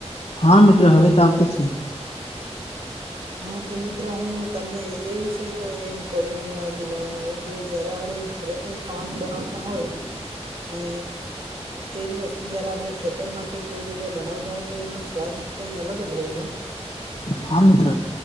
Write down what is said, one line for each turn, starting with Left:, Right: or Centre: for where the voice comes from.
Left: હા મિત્ર હવે ત આવ તો છે.
Right: હા તો મિત્ર હું તમને એ વિષય પર એમ થોડી ઘણી માહિતી લેવા માંગો કે જયારે આપણે ઘરે કઈક ખાવાનું બનાવતા હોય ને એજ વસ્તુ જયારે આપણે ખેતર માં કઈ કોઈ જગ્યાએ બનાવતા હોય તો એનો સ્વાદ કઈ અલગ જ હોય ને
Left: હા મિત્ર